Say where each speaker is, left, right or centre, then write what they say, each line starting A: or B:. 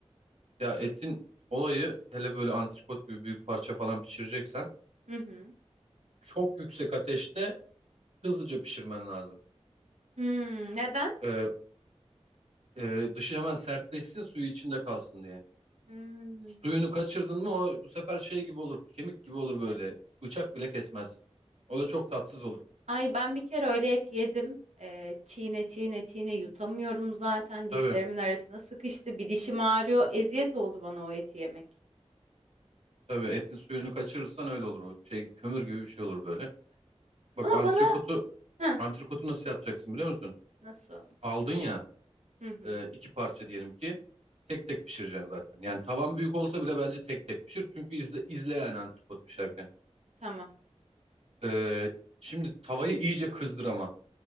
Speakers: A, on the right (about 75°); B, on the right (about 85°).
A: Ya etin olayı hele böyle antrikot gibi büyük parça falan pişireceksen
B: <laughs> Hı hı.
A: çok yüksek ateşte hızlıca pişirmen lazım.
B: Hmm, neden?
A: Ee, e, dışı hemen sertleşsin suyu içinde kalsın diye.
B: Hmm.
A: Suyunu kaçırdın mı o bu sefer şey gibi olur. Kemik gibi olur böyle. Bıçak bile kesmez. O da çok tatsız olur.
B: Ay ben bir kere öyle et yedim. Ee, çiğne çiğne çiğne yutamıyorum zaten.
A: Tabii.
B: Dişlerimin arasına sıkıştı. Bir dişim ağrıyor. Eziyet oldu bana o eti yemek.
A: Tabii etin suyunu kaçırırsan öyle olur. O şey kömür gibi bir şey olur böyle. Bak
B: Ama
A: antrikotu
B: bana Heh,
A: antrikotu nasıl yapacaksın biliyor musun?
B: nasıl?
A: Aldın ya
B: Hı hı.
A: e, iki parça diyelim ki tek tek pişireceksin zaten. Yani tavan büyük olsa bile bence tek tek pişir. Çünkü izle, izle yani antrikot pişerken.
B: Tamam.
A: E, şimdi tavayı iyice kızdır ama.